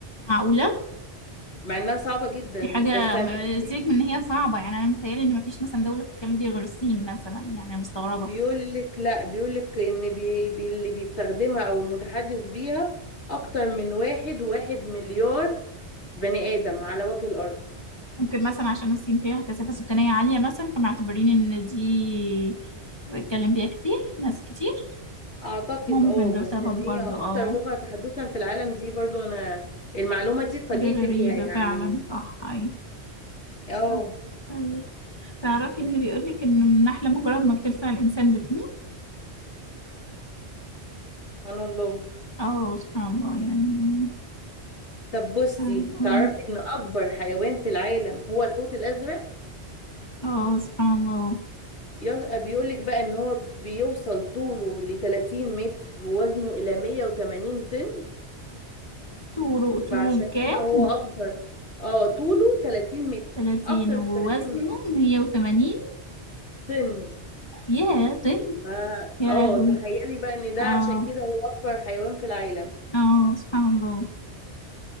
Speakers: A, on the left; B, on the left.
A: معقولة؟
B: مع انها صعبة جدا
A: دي حاجة
B: بس عشان
A: م-
B: بي-
A: سيبك من ان هي صعبة يعني انا متهيألي ان مفيش مثلا دولة بتتكلم بيها غير الصين مثلا يعني أنا مستغربة
B: بيقول لك لا بيقول لك ان بي بي اللي بيستخدمها او المتحدث بيها اكتر من واحد وواحد مليار بني ادم على وجه الارض
A: ممكن مثلا عشان الصين فيها كثافة سكانية عالية مثلا فمعتبرين ان دي بتتكلم بيها كتير ناس كتير
B: اعتقد
A: ممكن
B: اه بس
A: ده سبب
B: ان هي
A: برضو
B: اكتر
A: اه
B: لغة تحدثا في العالم دي برضو انا المعلومة دي اتفاجئت
A: حاجة غريبة
B: بيها يعني
A: فعلا صح اي
B: اه
A: صح اي تعرفي ان بيقولك ان النحلة مجرد ما بتلسع الانسان بتموت
B: سبحان الله
A: اه سبحان الله يعني
B: طب بصي
A: فعلا، أقول
B: تعرفي ان اكبر حيوان في العالم هو الحوت الازرق
A: اه سبحان الله
B: يص- بيقولك بقى ان هو بيوصل طوله ل 30 متر ووزنه الى 180 طن
A: طوله طوله
B: فعشان
A: الكام
B: كده هو اكبر اه طوله 30 متر
A: 30
B: اكتر
A: ووزنه
B: من 30 متر
A: 180
B: طن
A: ياه طن
B: ف-
A: يا
B: اه
A: لهوي
B: تخيلي بقى ان ده
A: اه
B: عشان كده هو اكبر حيوان في العالم
A: اه سبحان الله